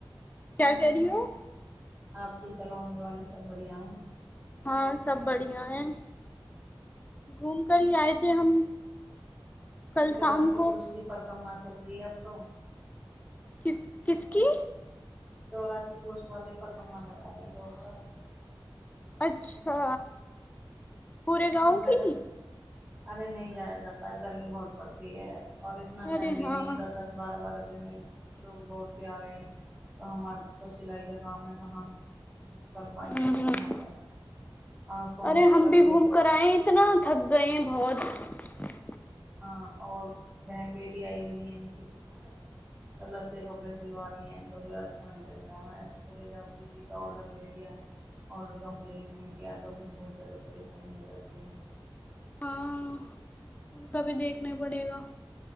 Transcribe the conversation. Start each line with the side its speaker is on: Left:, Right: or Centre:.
Left: क्या कह रही हो
Right: आपकी कलोनी वाले सब बढ़िया है
Left: हँ सब बढ़िया है घूम करी आएथे हम कल
Right: चौरासी
Left: शाम को
Right: कोश कि परिक्रमा चल रही ह अब तो
Left: कि किसकी
Right: चौरासी कोस वाली परिक्रमा लगा रहे है लोगबाग
Left: अच्छा पूरे गांव
Right: हम पे
Left: की
Right: तऽ अरे नहि जाया जाता ह गर्मी बहुत पड़ती है और इतना
Left: अरे
Right: टाइम भीं
Left: हाँ
Right: नही है दस दस बारह बारह दिन लोग लौट के आ रहे है तऽ हमार त सिलाई का काम है कहाँ कर पाएंगे
Left: हम्म हम्म।
Right: फर वह पे ह फोन
Left: अरे
Right: कर
Left: हम
Right: करके
Left: भी घूम कर आए हैं, इतना थक गए बहुत
Right: हँ और बहन बेटी आई हुई हैं छुट्टियो में तऽ लत्ते कपड़े सिलवा रही हैं फिर अच्छा न लगता ह ऐसे चल जाउ किसी का ऑर्डर ले लिया ऑर्डर कम्प्लीट नहि किया त फिर बहुत ज्यादा परेशानी हो जाती है
Left: हँ उका भी देखना पड़ेगा